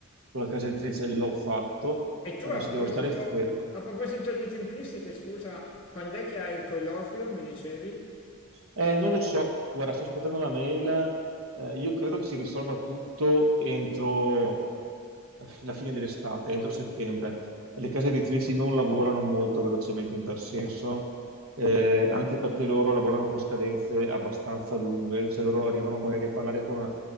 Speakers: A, on the right; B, on the left.
A: con la casa editrice l'ho fatto,
B: E tu
A: adesso
B: a proposito,
A: devo stare fermo.
B: a proposito di tempistiche, scusa, quando è che hai il colloquio, mi dicevi?
A: Eh, non lo so, guarda, sto aspettando la mail. Eh, io credo che si risolva tutto entro eh, la fine dell'estate, entro settembre. Le case editrici non lavorano molto velocemente in tal senso, eh, anche perché loro lavorano con scadenze abbastanza lunghe, cioè loro arrivano magari a parlare con,